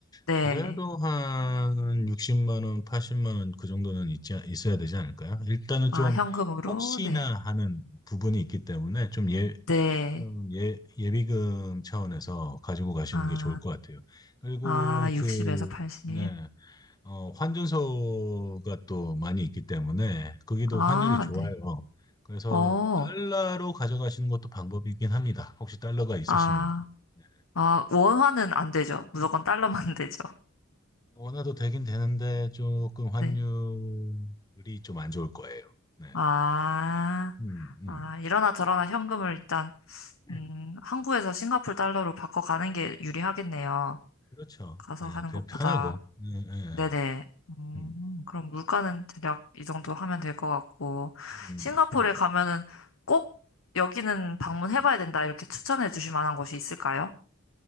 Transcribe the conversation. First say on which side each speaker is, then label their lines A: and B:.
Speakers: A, on the left (about 70°); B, on the left (about 20°).
A: 네.
B: 그래도 한 60만 원, 80만 원 그 정도는 있지 있어야 되지 않을까요? 일단은
A: 아,
B: 좀
A: 현금으로?
B: 혹시나
A: 네.
B: 하는 부분이 있기 때문에 좀 예,
A: 네.
B: 음, 예, 예비금 차원에서 가지고 가시는
A: 아,
B: 게 좋을 것 같아요. 그리고
A: 아, 60에서
B: 그
A: 80.
B: 네. 어, 환준소가 또 많이 있기 때문에 거기도
A: 아,
B: 환율이 좋아요.
A: 네.
B: 그래서
A: 어,
B: 달러로 가져가시는 것도 방법이긴 합니다. 혹시 달러가 있으시면.
A: 아,
B: 네.
A: 아, 원화는 안 되죠. 무조건 달러만 <laughs> 되죠.
B: 원화도 되긴 되는데 조금 환율이
A: 네.
B: 좀 안 좋을 거예요. 네.
A: 아,
B: 음, 음.
A: 아, 이러나 저러나 현금을 일단,
B: 음.
A: 음, 한국에서 싱가포르 달러로 바꿔가는 게 유리하겠네요.
B: 그렇죠.
A: 가서
B: 네,
A: 하는
B: 그냥
A: 것보다.
B: 편하고. 네, 네, 네.
A: 네네. 음,
B: 음,
A: 그럼 물가는 대략 이 정도 하면 될 것 같고,
B: 음,
A: 싱가포르에
B: 음.
A: 가면은 꼭 여기는 방문해봐야 된다, 이렇게 추천해 주실 만한 곳이 있을까요?